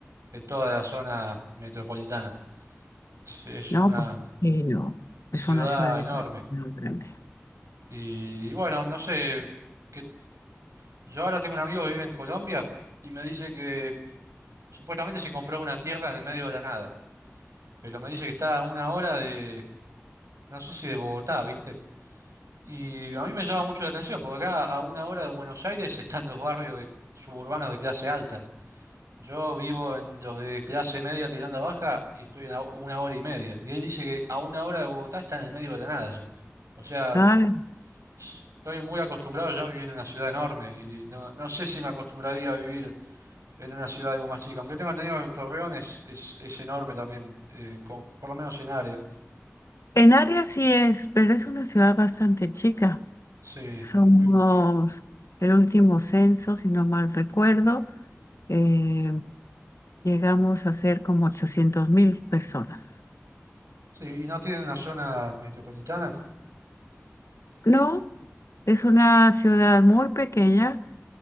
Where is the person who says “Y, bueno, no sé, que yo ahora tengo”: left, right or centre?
Right